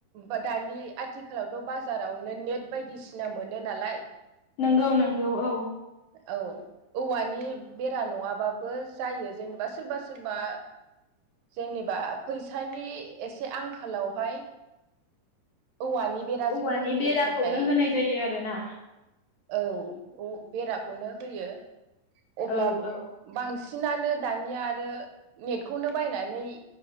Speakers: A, on the right; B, on the left.
A: बा दानि आथिखालावथ' बाजारावनो नेट बायदिसिना मोनो नालाय।
B: नंगौ नंगौ औ।
A: औ। औवानि बेरा नङाबाबो जायो जेनेबा सोरबा सोरबा जेनेबा फैसानि एसे आंखालावहाय औवानि बेराजोंनो
B: औवानि
A: होयो
B: बेराखौनो
A: नाथाय
B: होनाय जायो आरोना
A: औ उ बेराखौनो होयो अब्ला
B: औ औ
A: बांसिनानो दानिया आरो नेटखौनो बायनानै